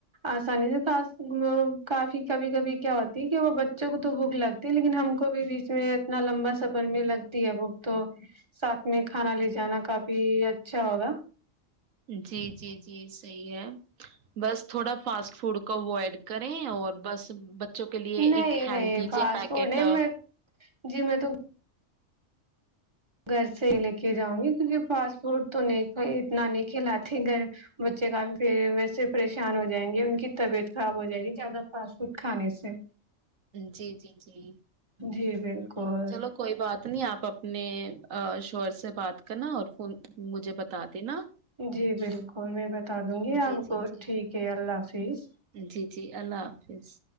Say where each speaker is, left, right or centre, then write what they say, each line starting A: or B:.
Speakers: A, on the right (about 20°); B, on the right (about 85°).
A: آسانی سے وہ کافی کبھی کبھی کیا ہوتی کہ وہ بچوں کو تو بھوک لگتی لیکن ہ کو بھی بیچ میں اتنا لمبا سفر میں لگتی ہے وہ تو <unintelligible> ساتھ میں کھانا لے جانا کافی اچھا ہوگا
B: جی جی جی صحیح <unintelligible> بس تھوڑا <unintelligible> فاسٹ فوڈ کو اوائڈ کریں اور بس <unintelligible> ایک
A: نہیں
B: ہیلدی
A: نہیں فاسٹ
B: ج پیکٹ
A: فوڈ نہیں میں جی میں تو <unintelligible> گھر سے لے کے جاؤں گی <unintelligible> کیونکہ فاسٹ فوڈ تو نہیں اتنا نہیں کھلاتے گھر بچے کافی پ ویسے پریشان ہو جائیں گے ان کی طبیعت خراب ہو جائے گی زیادہ فاسٹ فوڈ کھانے س
B: جی جی جی
A: جی بالکل
B: چلو کوئی بات نہیں آپ اپنے <unintelligible> شوور سے بات کرنا اور فون مجھے بتا دینا
A: جی بالکل میں بتا دوں گی
B: جی
A: آپ کو
B: جی جی
A: ٹھیک ہے اللہ حافظ
B: جی جی اللہ حافظ